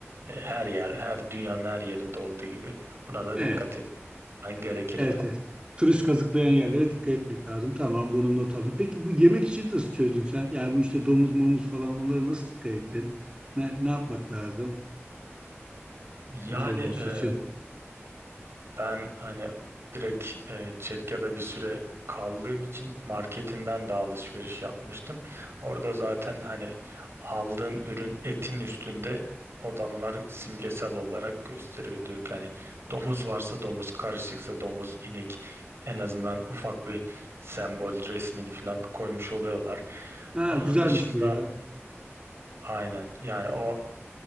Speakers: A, on the right; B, on the right.
A: E, Her yer, her dünyanın her yerinde olduğu gibi buna da
B: Evet.
A: dikkat etmen gerekir
B: Evet,
A: yani.
B: evet. Turist kazıklayan yerlere dikkat etmek lazım. Tamam bunu not aldım. Peki bu yemek için nasıl çözdün sen? Yani bu işte domuz momuz falan onlara nasıl dikkat ettin? Ne, ne yapmak lazım?
A: Yani
B: Sıkıntı olmaması
A: e,
B: için.
A: Ben hani direkt e, Çekya'da bir süre kaldığım için marketinden de alışveriş yapmıştım. Orada zaten hani aldığın ürün etin üstünde adamlar simgesel olarak gösteriyor. Diyor ki hani domuz varsa domuz, karışıksa domuz, inek en azından ufak bir sembol resmini falan koymuş oluyorlar.
B: Ha,
A: Onun
B: güzelmiş
A: dışında
B: bu ya.
A: aynen yani o